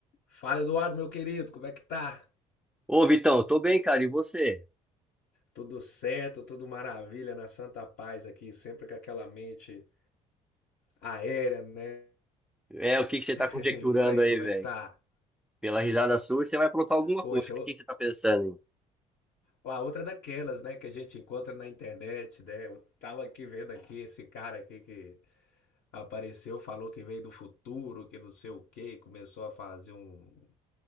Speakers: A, on the left (about 65°); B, in the centre.
A: Fala, Eduardo, meu querido, como é que tá?
B: Ô, Vitão, eu tô bem, cara. E você?
A: Tudo certo, tudo maravilha, na santa paz aqui, sempre com aquela mente aérea, né?
B: É, o que que você
A: <laughs>
B: tá conjecturando
A: E por aí,
B: aí,
A: como
B: velho?
A: é que tá?
B: Pela risada sua, você vai aprontar alguma
A: Poxa,
B: coisa. O que
A: o-
B: que você tá pensando
A: a outra é daquelas, né, que a gente encontra na internet, né? Eu tava aqui vendo aqui esse cara aqui que apareceu, falou que veio do futuro, que não sei o quê, começou a fazer um,